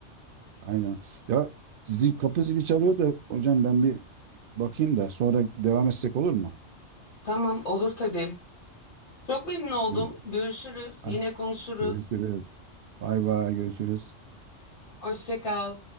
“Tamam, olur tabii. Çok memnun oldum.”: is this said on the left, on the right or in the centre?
Left